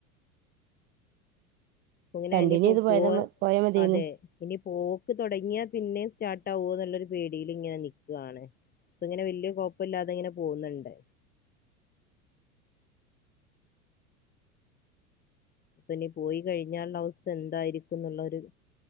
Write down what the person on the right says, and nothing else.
കണ്ടിന്യൂ
ചെയ്ത് പോയത
പോയാ മതിയേന്ന്